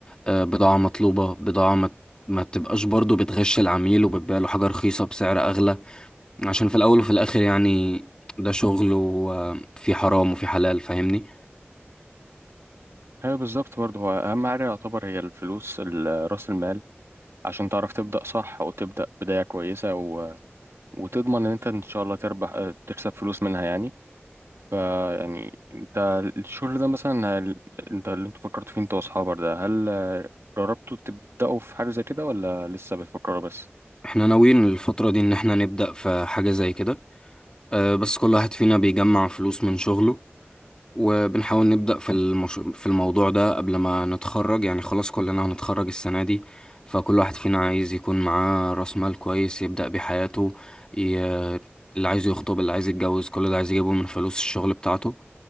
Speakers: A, on the left; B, on the right.
A: آه، بضاعة مطلوبة بضاعة ما ما تبقاش برضو بتغش العميل وبتبيع له حاجة رخيصة بسعر أغلى عشان في الأول وفي الآخر يعني ده شغل وفي حرام وفي حلال فاهمني
B: هي بالظبط برضو هو اهم حاجة يعتبر هي الفلوس ال- راس المال عشان تعرف تبدأ صح وتبدأ بداية كويسة و... وتضمن ان انت ان شاء الله تربح اه، تكسب فلوس منها يعني فيعني انت الشغل ده مثلا هل... انت اللي انت فكرت فيه انت واصحابك ده هل اه، جربتوا تبدأوا في حاجة زي كده ولا لسه بتفكروا بس
A: احنا ناويين الفترة دي ان احنا نبدأ في حاجة زي كده آه، بس كل واحد فينا بيجمع فلوس من شغله وبنحاول نبدأ في المش... في الموضوع ده قبل ما نتخرج يعني خلاص كلنا هنتخرج السنة دي فكل واحد فينا عايز يكون معاه رأس مال كويس يبدأ بيه حياته ي... اللي عايز يخطب اللي عايز يتجوز كل ده عايز يجيبه من فلوس الشغل بتاعته